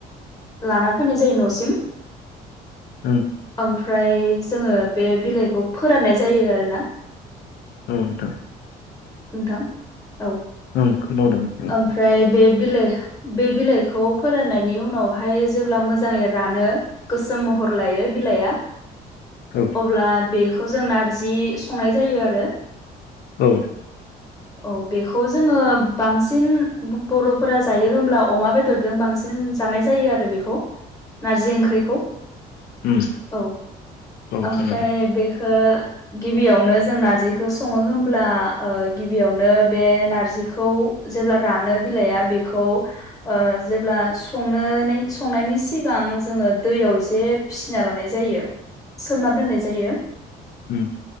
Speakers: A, on the left; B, on the left.
A: लाना फैनाय जायो न'सिम
B: औ
A: ओमफ्राय जोंङो बे बिलाइखौ फोराननाय जायो आरो ना।
B: औ दं।
A: नोंथां औ
B: ओं खोनादों उम
A: ओमफ्राय बे बिलाइ बे बिलाइखौ फोराननायनि उनावहाय जेब्ला मोजांङै रानो। गोसोम महर लायो बिलाइआ
B: उम औ
A: अब्ला बेखौ? बे खौ जों नारजि संनाय जायो। आरो
B: औ
A: औ बेखौ जोंङो बांसिन बर'फोरा जायो हब्ला अमा बेदरजों बांसिन बिनो जानाय जायो आरो बेखौ नारजि ओंख्रिखौ।
B: उम
A: औ
B: औ
A: ओमफ्राय
B: खोनादों
A: बेखो। गिबियावनो जों नारजिखौ संङो होनब्ला। गिबियावनो बे नारजिखौ जेब्ला रानो बिलाइया बेखौ जेब्ला सं संनायनि सिगां जोंङो दैयाव एसे फिसिना लानाय जायो।
B: <unintelligible>
A: सोमना दोननाय जायो।
B: उम